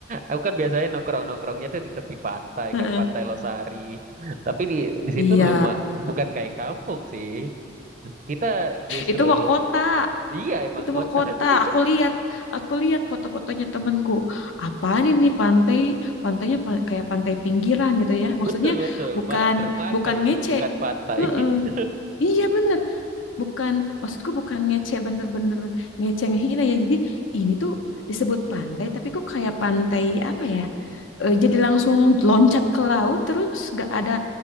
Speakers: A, on the right; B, on the left.
A: aku kan biasanya nongkrong-nongkrongnya tuh di tepi pantai
B: heeh.
A: kayak Pantai Losari. Tapi di di situ
B: iya,
A: lumah bukan kayak kampung sih. Kita justru
B: itu mah kota,
A: iya emang
B: itu
A: kota
B: mah kota.
A: <laughs> sih.
B: Aku lihat, aku lihat foto-fotonya temenku. Apaan ini pantai? Pantainya pa- kayak pantai pinggiran gitu ya. Maksudnya
A: Betul betul.
B: bukan
A: Malah dermaga
B: bukan
A: itu
B: ngece.
A: bukan pantai.
B: Heeh.
A: <laughs>
B: Iya bener, bukan maksudku bukan ngece bener-bener ngece ngehina ya. Jadi ini tuh disebut pantai, tapi kok kayak pantai apa ya? eh, jadi langsung loncat ke laut terus gak ada